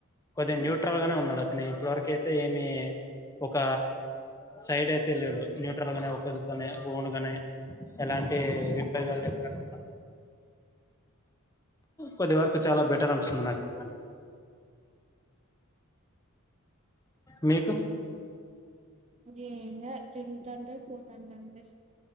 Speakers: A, on the left; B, on the right.
A: కొద్ది న్యూట్రల్గానే ఉన్నాడు అతను ఇప్పటివరకు అయితే ఏమి ఒక సైడ్ అయితే వెళ్ళడు న్యూట్రల్ గానే ఒకతోనే ఓన్ గానే ఎలాంటి
B: ఉమ్,
A: విభేదాలు లేకుండా కొద్ది వరకు చాలా బెటర్ అనిపిస్తుంది నాకు ఎందుకంటే మీకు
B: ఏం లే జరుగుతాంట పోతాంట అంటే